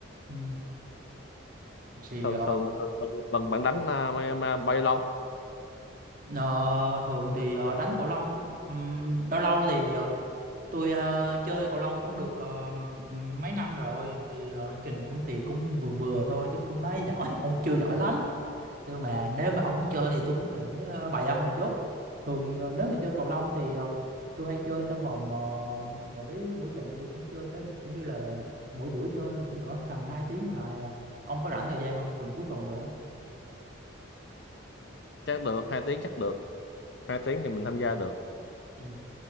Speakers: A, on the right; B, on the left.
A: Ừ, thì
B: thường
A: ờ,
B: thường, thường, thường một lần bạn đánh à, mà, mà bay lâu
A: ờ, thường thì ờ, đánh cầu lông ừm, bao lâu thì ờ, tôi ờ, chơi cầu lông cũng được ờ, mấy năm rồi thì ờ, trình cũng thì cũng vừa vừa thôi chứ cũng nói giỏi cũng chưa giỏi lắm. nhưng mà nếu mà ông muốn chơi thì tôi cũng có thể ờ, bày ông một chút thường ờ, nếu mà chơi cầu lông thì ờ, tôi hay chơi trong vòng ờ, mỗi mỗi trận tôi cũng chơi ê, kiểu như là mỗi buổi chơi thì cũng cỡ tầm 2 tiếng đổ lại à. ông có rảnh thời gian không thường cuối tuần rồi đó
B: chắc được hai tiếng chắc được hai tiếng thì mình tham gia được
A: ừ.